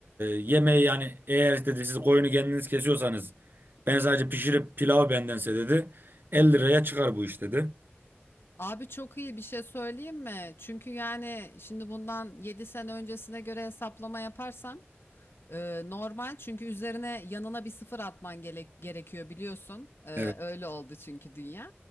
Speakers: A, on the right (about 55°); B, on the left (about 70°).
A: yemeği yani eğer dedi siz koyunu kendiniz kesiyorsanız ben sadece pişirip pilav bendense dedi 50 liraya çıkar bu iş dedi.
B: Abi çok iyi bir şey söyleyeyim mi? Çünkü yani şimdi bundan 7 sene öncesine göre hesaplama yaparsam e, normal çünkü üzerine yanına bir sıfır atman gerek- gerekiyor biliyorsun. E,
A: Evet.
B: öyle oldu çünkü dünya.